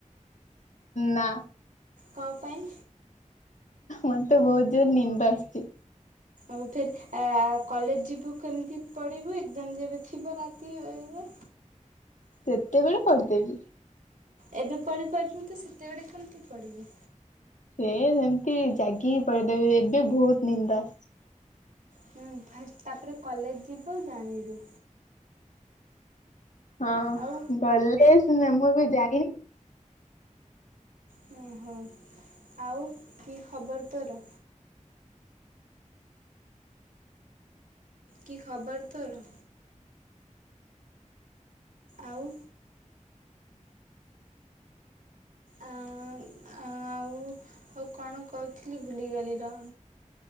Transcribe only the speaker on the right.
କ ପାଇଁ?
ଆଉ ଫେର୍ ଆ କଲେଜ ଯିବୁ କେମତି ପଢ଼ିବୁ ଏକ୍ଜାମ ଯେବେ ଥିବ ରାତି ଏବେ?
ଏବେ ପଢିପାରୁଚନ୍ତି ସେତେବେଳେ କେମିତି ପଢିବେ?
ହୁଁ ଫାଷ୍ଟ ତାପରେ କଲେଜ ଯିବୁ ଜାଣିବୁ।
ଆଉ
ହୁଁ ହୁଁ ଆଉ କି ଖବର ତୋର? କି ଖବର ତୋର? ଆଉ ଆ ଆଉ ଆଉ କଣ କହୁଥିଲି ବୁଲିଗଲି ର